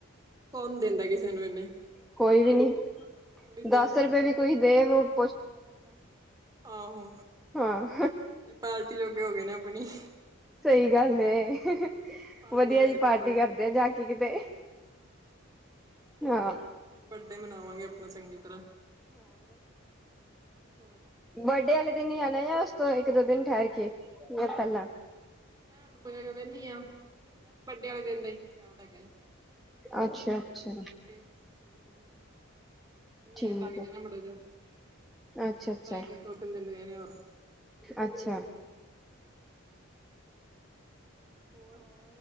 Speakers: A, on the right; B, in the centre.
A: ਕੌਣ ਦਿੰਦਾ ਕਿਸੇ ਨੂੰ ਇਹਨੇ
B: ਕੋਈ ਵੀ ਨੀ,
A: ਉਹੀ
B: ਦਾਸ
A: ਤੇ
B: ਰਪੇ ਵੀ ਕੋਈ ਦੇਵ-
A: ਆਹੋ।
B: ਹਾਂ।
A: ਏ ਪਾਲਟੀ ਜੋਗੇ ਹੋ ਗ ਨਾ ਆਪਣੀ।
B: ਸਈ ਗਾੱਲ ਏ,
A: ਪਾਰਟੀ
B: ਵਦੀਆ
A: ਕਰਕੇ
B: ਜੀ ਪਾਰਟੀ
A: ਆਵਾਂਗੇ
B: ਕਾਰਦੇ ਆ ਜਾ ਕੇ ਕਿਤੇ। ਹਾਂ।
A: ਮੈਂ ਬਡੇ ਮਨਾਵਾਂਗੇ ਆਪਨਾ ਚੰਗੀ ਤਰਾਂ, ਹੋਰ। ਕੀ
B: ਬਡੇ ਵਾਲੇ ਦਿਨ ਈ ਆਨਾ ਯਾਂ ਓਸ ਤੋਂ ਇੱਕ-ਦੋ ਦਿਨ ਠੈਰ ਕੇ, ਯਾਂ ਪੈਲਾਂ?
A: ਮੈਂ ਹੁਨ <unintelligible> ਵੇਨੀ ਆ, ਵੈਸੇ ਬੱਡੇ ਵਾਲੇ਼ ਦਿਨ ਦਾ ਈ। <unintelligible>
B: ਅੱਛਾ ਅੱਛਾ
A: ਓਕੇ ਦੇਖਦੇ ਆਂ। ਨੇੜੇ
B: ਠੀਕ
A: ਬਾੱਗ ਜਾਂਗੇ
B: ਹੈ
A: ਮਾੜਾ ਜਾ।
B: ਅੱਛਾ ਅੱਛਾ
A: ਰੈ <unintelligible> ਦੋ-ਤਿੰਨ ਗਏ ਨੇ ਹੋਰ।
B: ਅੱਛਾ
A: ਹੋਰ,